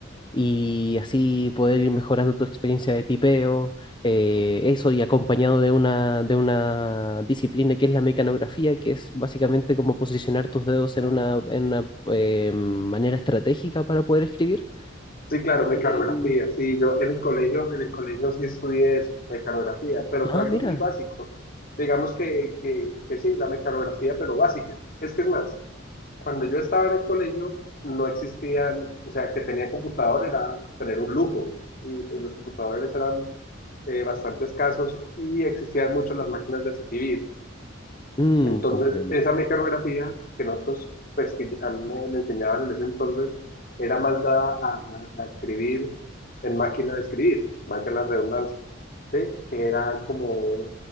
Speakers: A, on the left; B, on the left.
A: Y así poder ir mejorando tu experiencia de tipeo, eh, eso y acompañado de una, de una disciplina que es la mecanografía, que es básicamente como posicionar tus dedos
B: ah.
A: en una, en una, eh, manera estratégica para poder escribir
B: Sí, claro, mecanografía.
A: Em,
B: Sí, yo en el colegio, en el colegio sí estudié eso, mecanografía, pero
A: ah,
B: fue algo
A: mira.
B: muy básico. Digamos que, que, que sí, la mecanografía, pero básica. Es que es más, cuando yo estaba en el colegio no existían, o sea, el que tenía computador era tener un lujo y, y los computadores eran eh, bastante escasos y existían mucho las máquinas de escribir.
A: Mm,
B: Entonces,
A: comprendo.
B: esa mecanografía que nosotros, pues que a mí me, me enseñaban en ese entonces, era más dada a, a- a escribir en máquina de escribir, valga la redundancia, ¿sí? Que era como,